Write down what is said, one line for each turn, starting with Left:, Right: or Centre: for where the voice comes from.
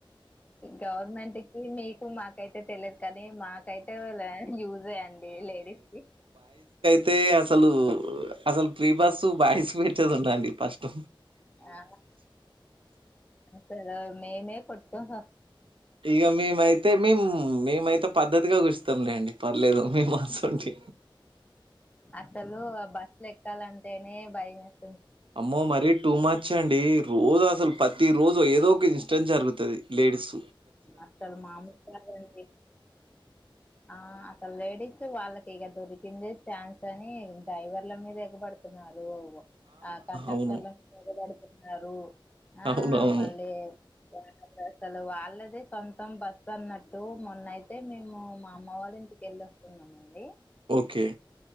Left: గవర్నమెంట్ కి మీకు మాకైతే తెలియదు కని మాకైతే యూజె అండి లేడీస్ కి
Right: అయితే అసలు అసలు ప్రీ బస్ బాయిస్ పెట్టేది ఉండండి ఫస్ట్
Left: ఆ స మేమే కొట్టుకుం
Right: ఇగ మీమయితే మిం మీమైతే పద్ధతిగా కూర్స్తతాంలేండి పర్లేదు మేము అసోంటి
Left: అసలు అ బస్సులు ఎక్కాలంటేనే భయం వేస్
Right: అమ్మో మరీ టూ మార్చ్ అండి రోజు అసలు ప్రతి రోజు ఏదో ఒక ఇన్స్టెట్ జరుగుతది లేడీస్
Left: అసలు మామలు కాదండి ఆ అసలు లేడీస్ వాళ్ళకి ఇగ దొరికిందే ఛాన్స్ అని డ్రైవర్ల మీద ఎగబడుతున్నారు ఆ కండక్టర్ల
Right: అవును.
Left: మీద ఎగబడుతున్నారు ఆ
Right: అవునవును.
Left: మళ్ళీ దారుణంగా అసలు వాళ్ ళ్ళదే సొంతం బస్సు అన్నట్టు మొన్నయితే మేము మా అమ్మ వాళ్ళ ఇంటికెళ్ళి వస్తున్నమండి
Right: ఓకే